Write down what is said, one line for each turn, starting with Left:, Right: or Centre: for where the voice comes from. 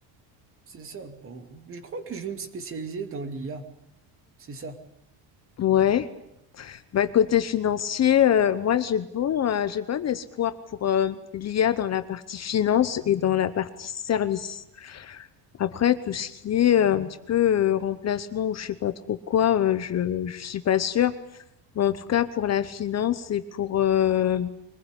Right: C'est ça. Bon, je crois que je vais me spécialiser dans l'IA. C'est ça.
Left: Ouais. Bah, côté financier, euh, moi j'ai bon, euh, j'ai bon espoir pour euh, l'IA dans la partie finance et dans la partie service. Après, tout ce qui est euh, un petit peu euh, remplacement ou je sais pas trop quoi, euh, je, je suis pas sûre. Mais en tout cas, pour la finance et pour, euh,